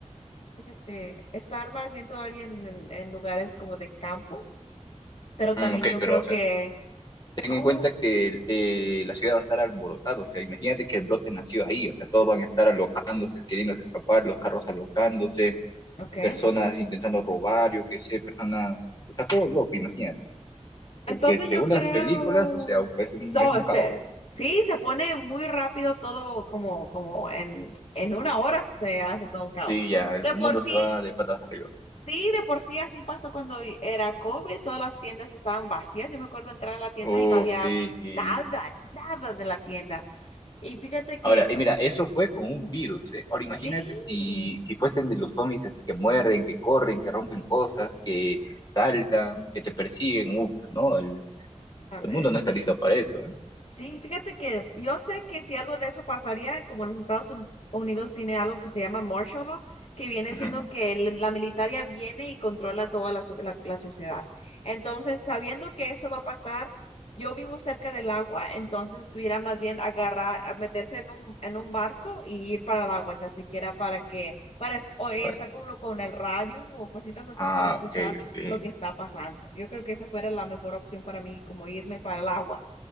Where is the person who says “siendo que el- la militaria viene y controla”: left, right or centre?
Left